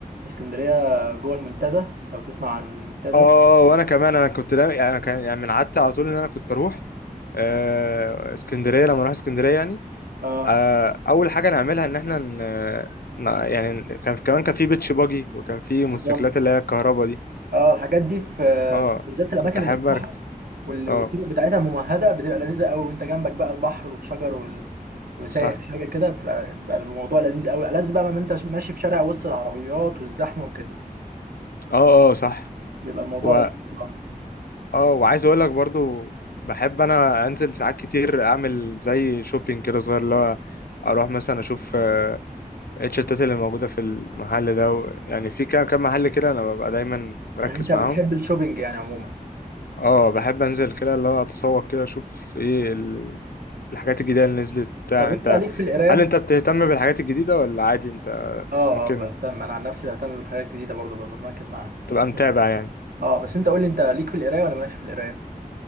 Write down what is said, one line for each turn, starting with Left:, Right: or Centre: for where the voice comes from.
Right: اسكندريه جوه المنتزه لو تسمع عن المنتزه
Left: اه وانا كمان انا كنت لا يعني أنا كان يعني من عادتي على طول ان انا كنت اروح آه، اسكندريه لما اروح اسكندريه يعني
Right: اه
Left: آه، اول حاجه نعملها ان احنا ن... ن- يعني كان كمان كان في بيتش باجي وكان في
Right: بالظبط
Left: موتوسيكلات اللي هي الكهرباء دي
Right: اه الحاجات دي في
Left: اه
Right: في- بالذات في الاماكن
Left: كنت احب
Right: المفتوحه
Left: اركب
Right: وال-
Left: اه
Right: والطرق بتاعتها ممهده بتبقى لذيذه قوي وانت جنبك بقى البحر والشجر وال... وسايق
Left: صح
Right: حاجه كده بتبقى بيبقى الموضوع لذيذ قوي ألذ بقى ما انت ماشي في شارع وسط العربيات والزحمه وكده
Left: اه اه صح
Right: بيبقى الموضوع
Left: و
Right: لذيذ بصراحة.
Left: اه وعايز اقول لك برضو بحب انا انزل ساعات كتير اعمل زي شوبينج كده صغير اللي هو اروح مثلا اشوف آه، التيشيرتات اللي موجودة في المحل ده و... يعني في كام كام محل كده أنا ببقى دايما مركز
Right: يعني انت بتحب
Left: معاهم
Right: الشوبينج يعني عموما
Left: اه بحب أنزل كده اللي هو أتسوق كده أشوف إيه ال... الحاجات الجديدة اللي نزلت بتاع
Right: طب انت
Left: أنت
Right: ليك في القرايه
Left: هل أنت بتهتم بالحاجات الجديدة ولا عادي أنت
Right: اه
Left: ممكن
Right: اه بهتم انا عن نفسي بهتم بالحاجات الجديده برضو ببقى مركز معاها
Left: تبقى متابع
Right: بس
Left: يعني
Right: اه بس انت قول لي انت ليك في القرايه ولا مالكش في القرايه